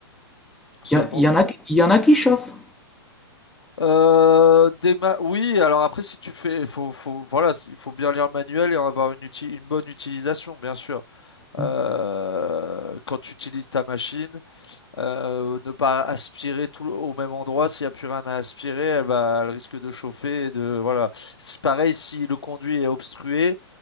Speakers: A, on the left; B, in the centre.
A: Seulement.
B: Il y a il y en a qui- il y en a qui chauffent.
A: Euh, des ma- Oui, alors après, si tu fais, faut, faut, voilà, s- il faut bien lire le manuel et avoir une, uti- une bonne utilisation, bien sûr.
B: Mmh.
A: Euh, quand tu utilises ta machine. Euh, ne pas aspirer tout le- au même endroit, s'il n'y a plus rien à aspirer, elle va, elle risque de chauffer et de, voilà. Si pareil, si le conduit est obstrué,